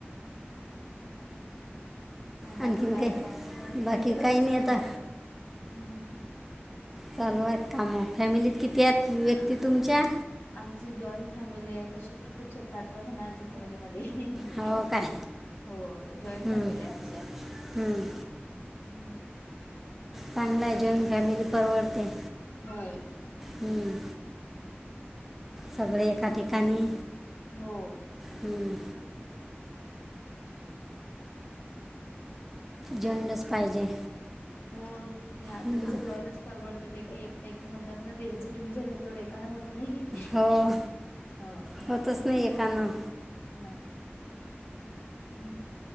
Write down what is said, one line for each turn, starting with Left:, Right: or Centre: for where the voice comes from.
Left: ह बाकी
Centre: आणखीन
Left: काय
Centre: काही
Left: आहे चालू बाकी तर
Centre: काही
Left: काहीच नाही
Centre: आता
Left: बा हम्म
Centre: चालू एक काम फॅमिलीत किती आहेत व्यक्ती तुमच्या?
Left: आमची जॉईंट फॅमिली आहे तशी तर खूप सतरा अठरा जण आमच्या फॅमिलीमध्ये <unintelligible>
Centre: हो काय
Left: हो जॉईंट
Centre: हं,
Left: फॅमिली आमची
Centre: हं.
Left: हम्
Centre: चांगला आहे जॉईंट फॅमिली परवडते.
Left: हो.. <inaudible>
Centre: हं. सगळे एका ठिकाणी
Left: हो..
Centre: हम् जॉईंनच पाहिजे
Left: हो ते आता
Centre: हं.
Left: कसं जॉईनच परवडते ते काही एकट एक म्हणतात ना ते एकजुटीने जेवडं तेवढं एका ना होत नाही
Centre: हो
Left: हो
Centre: होतच नाही एखाणं
Left: नाही हम्म